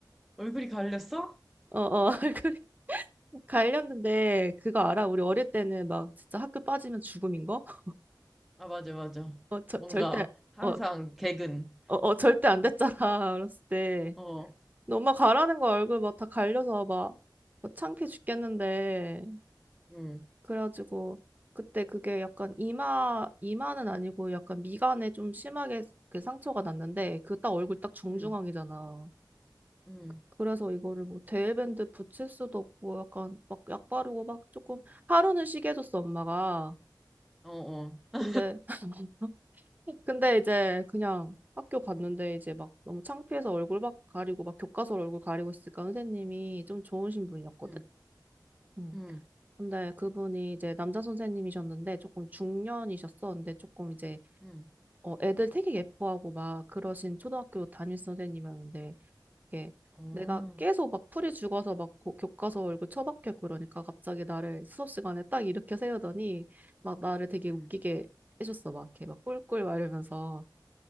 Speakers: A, in the centre; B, on the right.
A: 얼굴이 갈렸어?
B: 어, 어, <laughs> 그래. 갈렸는데, 그거 알아? 우리 어릴 때는 막 진짜 학교 빠지면 죽음인 거? <laughs>
A: 아, 맞아, 맞아.
B: 어, 저,
A: 뭔가,
B: 절대,
A: 항상
B: 어,
A: 개근.
B: 어, 어, 절대 안 됐잖아. <laughs> 어렸을 때.
A: 어,
B: 근데 엄마 가라는 거 얼굴 막 다 갈려서 막, 막 창피해 죽겠는데.
A: 음,
B: 그래가지고, 그때 그게 약간 이마, 이마는 아니고 약간 미간에 좀 심하게 그 상처가 났는데, 그 딱 얼굴 딱 정중앙이잖아.
A: 음, 음,
B: 그래서 이거를 뭐 데일밴드 붙일 수도 없고 약간 막 약 바르고 막 조금 하루는 쉬게 해줬어 엄마가
A: 어, 어,
B: 근데 <laughs> 근데 이제 그냥 학교 갔는데 이제 막 너무 창피해서 얼굴 막 가리고 막 교과서 얼굴 가리고 있으니까 선생님이 좀 좋으신 분이었거든.
A: 음,
B: 음.
A: 음,
B: 근데 그분이 이제 남자 선생님이셨는데 조금 중년이셨어. 근데 조금 이제
A: 음,
B: 어 애들 되게 예뻐하고 막 그러신 초등학교 담임 선생님이었는데 이게
A: 어,
B: 내가 계속 막 풀이 죽어서 막 고- 교과서 얼굴 처박혀 있고 그러니까 갑자기 나를 수업 시간에 딱 일으켜 세우더니 막 나를 되게
A: 음.
B: 웃기게 해줬어. 막 이렇게 막 꿀꿀 말하면서.